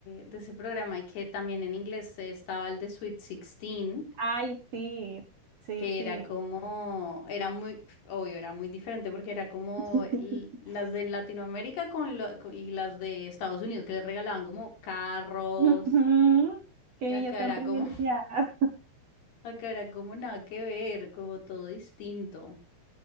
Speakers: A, on the left; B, on the right.
A: de ese programa y que también en inglés estaba el de Sweet Sixteen
B: Ay, sí, sí,
A: que
B: sí.
A: era como, era muy, pf, obvio, era muy diferente porque era como
B: <laughs>
A: l- las de Latinoamérica con lo- co- y las de Estados Unidos que les regalaban como carros
B: Ujú, Que
A: y acá
B: ellas están
A: era
B: privilegiadas.
A: como, <laughs> acá era como nada que ver, como todo distinto.